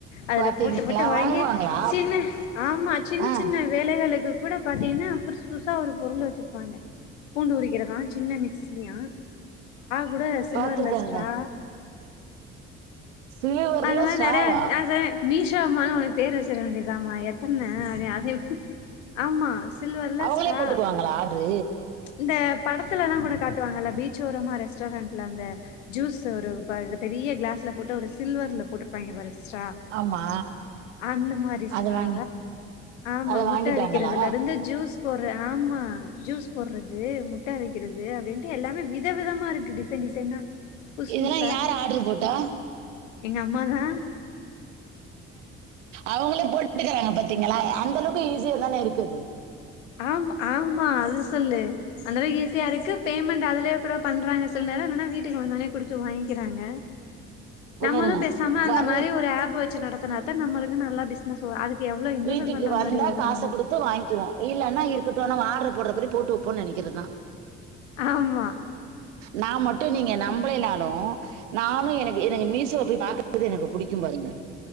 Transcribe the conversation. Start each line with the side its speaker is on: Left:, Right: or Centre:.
Left: அதுல
Right: பாத்தீங்களா
Left: போட்டு போட்டு வாங்கி
Right: வாங்குவாங்களா?
Left: சின்ன ஆமா சின்ன
Right: ஆ
Left: சின்ன வேலைகளுக்கு கூட பாத்தீங்கன்னா புது புதுசா ஒரு பொருள் வச்சிருப்பாங்க பூண்டு உரிக்கிறதா சின்ன மிக்சிய கூட சில்வர்
Right: பாத்துக்கங்க.
Left: லஸ்ட்ரா
Right: சில்வர்ல
Left: அந்த மாதிரி
Right: ஸ்ட்ராவா?
Left: நிறைய இருக்கு மீஷா அம்மனு உனக்கு பேர் வச்சிட வேண்டியதம்மா எத்தனை அப்ப அதே ஆமா சில்வர்ல
Right: அவங்களே
Left: ஸ்ட்ரா
Right: போட்டுக்குவாங்களா ஆடு
Left: இந்த படத்துலல்லாம் கூட காட்டுவாங்கல்ல பீச்சஓரமா ரெஸ்டாரண்டட்ல அந்த ஜூஸ் ஒரு பெரிய பெரிய கிளாஸ்ல போட்டு ஒரு சில்வர்ல போட்டுஇருப்பாங்க பாரு ஸரா
Right: ஆமா.
Left: அந்த மாதிரி
Right: அத
Left: ஸ்டரா
Right: வாங்கி
Left: ஆமா
Right: அத
Left: முட்டை
Right: வாங்கிட்டாங்களா?
Left: விக்கிறதுல இருந்து ஜூஸ் போடுற ஆமா ஜூஸ் போடுறது முட்டா வைக்கிறது அப்படின்ட்டு எல்லாமே வித விதமா இருக்கு டிசைன் டிசைனா புதுசு
Right: இதெல்லா
Left: புதுசா
Right: யார் ஆர்டரு போட்டா
Left: எங்க அம்மாதா
Right: அவங்களே போட்டுக்கறாங்க பாத்தீங்களா அந்த அளவுக்கு ஈஸியா தானே இருக்குது
Left: ஆ ஆமா அது சொல்லு அந்த அளவுக்கு ஈஸியா இருக்கு பேமெண்ட் அதுலயே கூட பண்றாங்க சொல்லு வேறது இல்லனா வீட்டுக்கு வந்தானே குடுத்து வாங்கிக்கிறாங்க
Right: இருங்க
Left: நம்மளும்
Right: இருங்க.
Left: பேசாம அந்த
Right: வந்
Left: மாதிரி ஒரு ஆப் வச்சு நடத்தனாத்தான் நம்மளுக்கு நல்லா பிசினஸ் வரும் அதுக்கு எவ்ளோ இன்வெஸ்ட்மெண்ட்
Right: வீட்டுக்கு
Left: பண்ற
Right: வந்தா
Left: மாரி வரு
Right: காசை
Left: நம்ம
Right: கொடுத்து வாங்கிவோ இல்லன்னா இருக்கட்டும்னா ஆடுற போடபடி போட்டு வைப்போம்ன்னனு நினைக்கிறதா
Left: ஆமா
Right: நான் மட்டு நீங்க நம்மளல்ல நானும் எனக்கு எனக்கு மீஷோ போய் பாக்கறது எனக்கு பிடிக்கும் பாருங்க